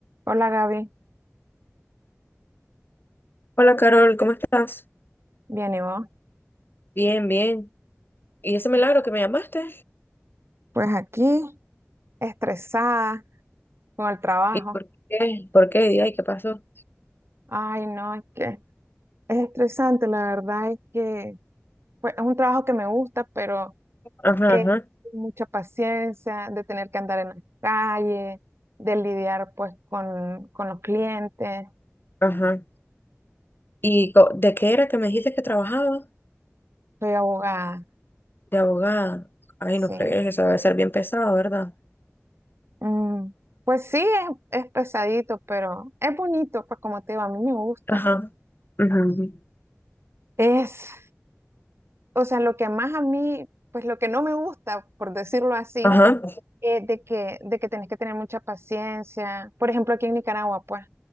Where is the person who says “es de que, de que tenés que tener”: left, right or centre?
Right